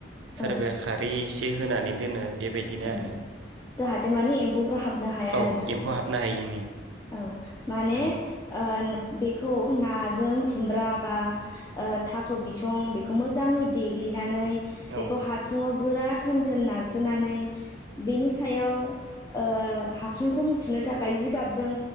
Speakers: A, on the right (about 80°); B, on the left (about 20°).
A: सोरबाया
B: औ
A: खारि एसे होनानै दोनो बेबायदिनो
B: औ
A: आरो
B: जाहाथे माने एम्फौफोरा हाबनो हाया
A: औ
B: आरोना
A: एम्फौ हाबनो हायिनि
B: औ माने
A: औ
B: ओ बेखौ नाजों खुमब्रा बा ओ थास' बिसं बेखौ मोजाङै देग्लिनानै बेखौ
A: औ
B: हासुुङाव गोरा थोन थोन नारसोनानै बेनि सायाव ओ हासुंखौ मुथुनो थाखाय जिगाबजों